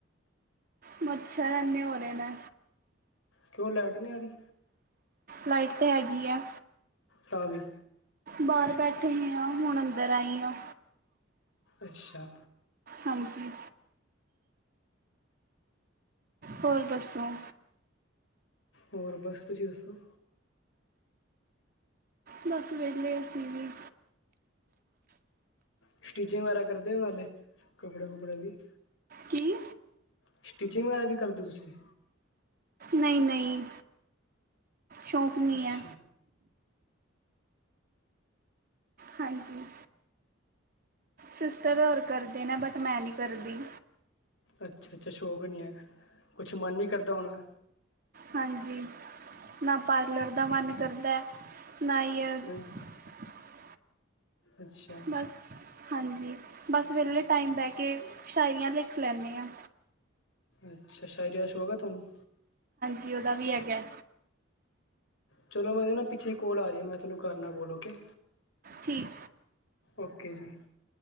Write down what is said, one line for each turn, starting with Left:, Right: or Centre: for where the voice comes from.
Right: ਮੱਛਰ ਐਨੇ ਹੋ ਰਹੇ ਨੇ।
Left: ਕਿਉਂ ਲੈਟ ਨੀ ਆ ਰੀ।
Right: ਲਾਈਟ ਤਾਂ ਹੈਗੀ ਐ।
Left: ਤਾਂ ਵੀ
Right: ਬਾਹਰ ਬੈਠੇ ਹੀ ਆ, ਹੁਣ ਅੰਦਰ ਆਈ ਆ।
Left: ਅੱਛਾ।
Right: ਹਾਂਜੀ। ਹੋਰ ਦੱਸੋ।
Left: ਹੋਰ ਬਸ ਤੁਸੀਂ ਦੱਸੋ।
Right: ਬਸ ਵੇਹਲੇ ਅਸੀਂ ਵੀ।
Left: ਸਟਿਚਿੰਗ ਵਗੈਰਾ ਕਰਦੇ ਹੋ ਹਾਲੇ, ਕਪੜੇ ਕੁਪੜੇ ਦੀ।
Right: ਕੀ?
Left: ਸਟਿਚਿੰਗ ਵਗੈਰਾ ਵੀ ਕਰਦੇ ਤੁਸੀਂ?
Right: ਨਹੀਂ ਨਹੀਂ। ਸ਼ੌਕ ਨਹੀਂ
Left: ਅੱਛਾ
Right: ਐ। ਹਾਂਜੀ। ਸਿਸਟਰ ਹੋਰ ਕਰਦੇ ਨੇ ਬਟ ਮੈਂ ਨਹੀਂ ਕਰਦੀ।
Left: ਅੱਛਾ ਅੱਛਾ ਸ਼ੌਕ ਨਹੀਂ ਐ, ਕੁਛ ਮਨ ਨਹੀਂ ਕਰਦਾ ਹੋਣਾ।
Right: ਹਾਂਜੀ, ਨਾ ਪਾਰਲਰ ਦਾ ਮਨ ਕਰਦਾ ਆ। <unintelligible>
Left: ਹਾਂਜੀ ਅੱਛਾ
Right: ਬਸ ਹਾਂਜੀ। ਬਸ ਵੇਹਲੇ ਟਾਈਮ ਬਹਿ ਕੇ ਸ਼ਾਇਰੀਆਂ ਲਿਖ ਲੈਂਦੇ ਆ।
Left: ਅੱਛਾ ਸ਼ਾਇਰੀ ਦਾ ਸ਼ੌਕ ਹੈ ਤੁਹਾਨੂੰ।
Right: ਜੀ ਉਹਦਾ ਵੀ ਹੈਗਾ।
Left: ਚਲੋ ਮੈਨੂੰ ਨਾ ਪਿੱਛੇ ਕੋਲ ਆ ਰਹੀ ਏ, ਮੈਂ ਤੁਹਾਨੂੰ ਕਰਨਾ ਕੋਲ ਓਕੇ।
Right: ਠੀਕ।
Left: ਓਕੇ ਜੀ।